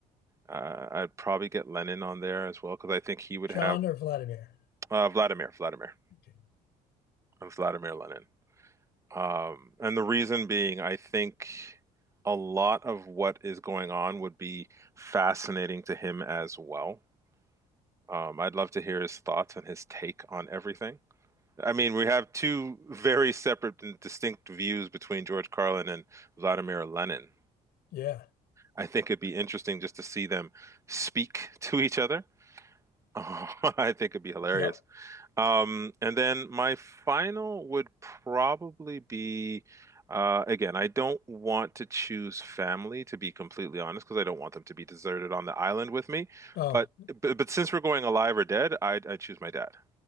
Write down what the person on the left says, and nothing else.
John
or Vladimir?
Okay.
Yeah.
Yep.
Oh,